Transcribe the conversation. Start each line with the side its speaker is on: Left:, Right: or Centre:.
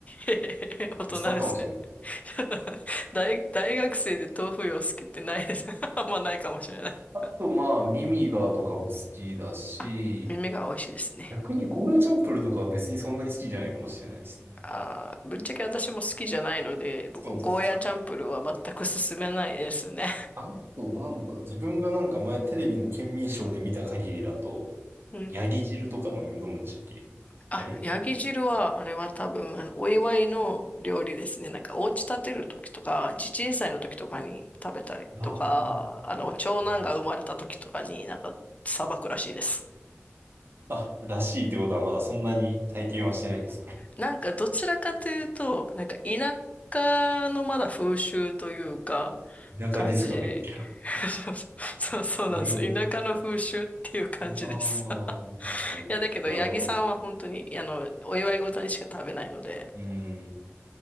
Left: へへへへ <laughs> 大人ですね。
Right: おっさんかもしれない。
Left: <laughs> 大、大学生で豆腐よ好きってないです。<laughs> あんまないかもしれない。
Right: あと、まあ、ミミガーとかも好きだし、
Left: あ、耳が美味しいですね。
Right: 逆にゴーヤチャンプルとかは別にそんなに好きじゃないかもしれないですね。
Left: あー、ぶっちゃけ私も好きじゃないので、ゴーヤーチャンプルーは全く勧めないですね。
Right: そうです。あと、なんだ、自分がなんか前テレビの県民ショーで見た限りだと、
Left: <laughs> うん
Right: ヤギ汁とか飲む、飲むんでしたっけあれ
Left: あ、ヤギ汁は、あれは多分、あの、お祝いの料理ですね。なんか、お家建てる時とか、地鎮祭の時とかに食べたりとか、
Right: ああ、
Left: あの、長男が生まれた時とかになんか、
Right: ね
Left: さばくらしいです。
Right: あ、らしいってことはまだそんなに体験はしてないんですか
Left: なんか、どちらかというと、なんか、田舎のまだ風習というか、
Right: 田舎ディスが入ってきた。
Left: 感じ。<laughs> そうそう、
Right: <laughs>
Left: そうなんです。
Right: なるほど。
Left: 田舎の風習っていう感じです。
Right: ああ、そうか、
Left: <laughs>
Right: そうか。
Left: いや、だけど、
Right: なるほど。
Left: 八木さんは本当に、あの、お祝い事にしか食べないので、
Right: うん。